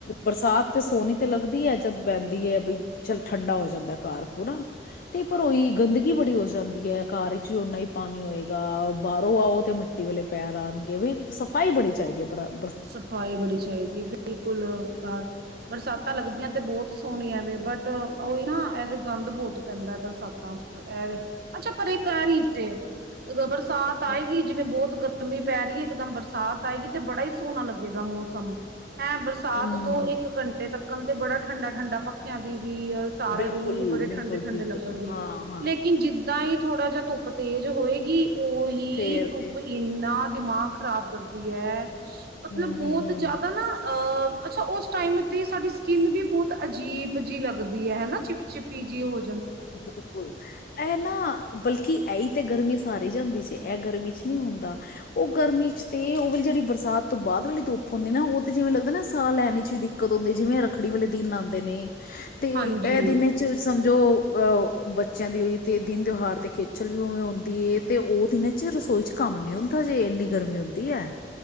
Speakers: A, on the left; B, on the right.
A: ਬਰਸਾਤ ਤੇ ਸੋਹਣੀ ਤੇ ਲੱਗਦੀ ਐ ਬਹਿੰਦੀ ਐ ਬਈ ਚੱਲ ਠੰਡਾ ਹੋ ਜਾਂਦਾ ਘਰ ਪੂਰਾ ਤੇ ਪਰ ਉਈ ਗੰਦਗੀ ਬੜੀ ਹੋ ਜਾਂਦੀ ਐ, ਘਰ ਇੱਚ ਵੀ ਓਨਾਂ ਈ ਪਾਣੀ ਹੋਏਗਾ। ਬਾਹਰੋਂ ਆਓ ਤੇ ਮਿੱਟੀ ਵਾਲੇ ਪੈਰ ਆਣਗੇ ਵੀ ਸਫ਼ਾਈ ਬੜੀ ਚਾਹੀਦੀ ਹੈ ਬ
B: ਸਫ਼ਾਈ ਬੜੀ ਚਾਈਦੀ ਐ। ਬਿਲਕੁਲ ਬ ਬਰਸਾਤਾਂ ਲੱਗਦੀਆਂ ਤੇ ਬਹੁਤ ਸੋਹਣੀਆਂ ਵੀ ਬਟ ਉਹੀ ਨਾ ਐਜੇ ਗੰਦ ਬੋਤ ਪੈਂਦਾ ਬਰਸਾਤਾਂ ਚ ਇਹਵੇ ਅੱਛਾ ਪਰਕਾਰੀ ਜੇ ਬਰ ਸਾਥ ਆਏਗੀ
A: ਹਾਂ,
B: ਜਿਵੇਂ ਬਹੁਤ ਗਰਮੀ ਪੈ ਰਹੀ ਐ। ਇੱਕ ਦਮ ਬਰਸਾਤ ਆਏਗੀ ਤੇ ਬੜਾ ਹੀ ਸੋਹਣਾ ਲੱਗੇਗਾ ਮੌਸਮ। ਹੈਂ ਬਰਸਾਤ
A: ਹਮ
B: ਤੋਂ ਇੱਕ ਘੰਟੇ ਤੱਕ ਕੈਂਦੇ ਬੜਾ ਠੰਡ-ਠੰਡਾ ਪੱਖਿਆਂ ਦੀ। ਵੀ ਸਾਰੇ
A: ਬਿਲਕੁਲ,
B: ਰੂਮ ਵੀ ਬੜੇ
A: ਬਿਲਕੁਲ,
B: ਠੰਡੇ-ਠੰਡੇ
A: ਬਿਲਕੁਲ,
B: ਲੱਗਣਗੇ
A: ਹਾਂ-ਹਾਂ,
B: ਲੇਕਿਨ ਜਿੱਦਾਂ ਹੀ ਥੋੜਾ ਜਿਹਾ ਧੁੱਪ ਤੇਜ ਹੋਏਗੀ। ਉਹੀ
A: ਫੇਰ
B: ਧੁੱਪ
A: ਤੇ
B: ਇੰਨਾਂ ਦਿਮਾਗ ਖ਼ਰਾਬ ਕਰਦੀ ਐ। ਮਤਲਬ
A: ਹੂੰ-ਹੂੰ-ਹੂੰ,
B: ਬਹੁਤ ਜ਼ਿਆਦਾ ਨਾ ਅ ਅੱਛਾ ਉਸ ਟਾਈਮ ਤੇ ਸਾਡੀ ਸਕਿੰਨ ਵੀ ਬਹੁਤ ਅਜੀਬ ਜਿਹੀ ਲੱਗਦੀ ਹੈਨਾ! ਚਿਪ ਚਿਪੀ ਜਿਹੀ ਉਹ
A: ਬਿਲਕੁਲ ਇਹ ਨਾ ਬਲਕਿ ਐਹੀ ਤੇ ਗਰਮੀ ਸਾਰੀ ਜਾਂਦੀ ਜੇ ਇਹ ਗਰਮੀ ਚ ਨ੍ਹੀਂ ਹੁੰਦਾ ਉਹ ਗਰਮੀ ਚ ਤੇ ਉਹ ਵੀ ਜਿਹੜੀ ਬਰਸਾਤ ਤੋਂ ਬਾਅਦ ਵਾਲੀ ਧੁੱਪ ਹੁੰਦੀ ਨਾ ਉਹ ਤੇ ਜਿਵੇਂ ਲੱਗਦਾ ਨਾ ਸਾਹ ਲੈਣ ਚ ਵੀ ਦਿੱਕਤ ਹੁੰਦੀ ਜਿਵੇਂ ਰੱਖੜੀ ਵਾਲੇ ਦਿਨ ਆਉਂਦੇ ਨੇ ਤੇ
B: ਹਾਂਜੀ,
A: ਇਹ ਦਿਨ ਚ ਸਮ ਜੋ ਅ ਔਹ ਬੱਚਿਆਂ ਦੀ ਹੋਈ ਤੇ ਦਿਨ ਤਿਉਹਾਰ ਤੇ ਖੇਚਲ ਵੀ ਆਂਊਂਦੀ ਹੈਏ ਤੇ ਉਹ ਦਿਨ ਚ ਰਸੋਈ ਚ ਕੰਮ ਨੀਂ ਹੁੰਦਾ ਜੇ ਇੰਨੀ ਗਰਮੀ ਹੁੰਦੀ ਐ।